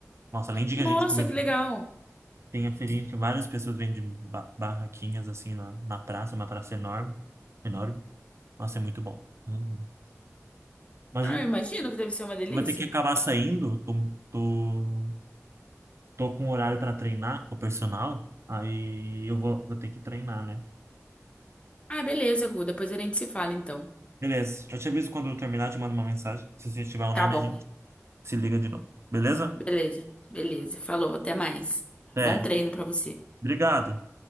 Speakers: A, on the right (about 55°); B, on the left (about 20°).
A: Nossa, além de
B: Nossa,
A: que a gente come,
B: que legal.
A: tem a feirinha que várias pessoas vendem ba- barraquinhas assim na, na praça, uma praça enorme. Enorme. Nossa, é muito bom. Uhum. Mas
B: Ah, eu imagino que deve ser uma delícia.
A: Vou ter que acabar saindo. Tô, tô, tô com horário para treinar com o personal. Aí eu vou, vou ter que treinar, né?
B: Ah, beleza, Gu. Depois a gente se fala, então.
A: Beleza. Eu te aviso quando eu terminar, te mando uma mensagem. Se você estiver online,
B: Tá bom,
A: a gente se liga de novo. Beleza?
B: beleza, beleza. Falou, até mais.
A: É.
B: Bom treino pra você.
A: Obrigado.